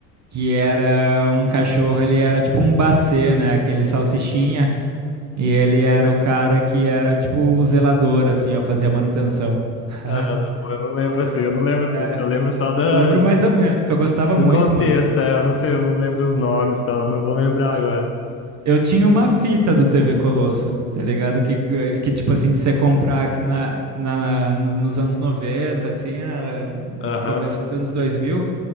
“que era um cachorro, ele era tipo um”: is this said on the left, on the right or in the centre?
Right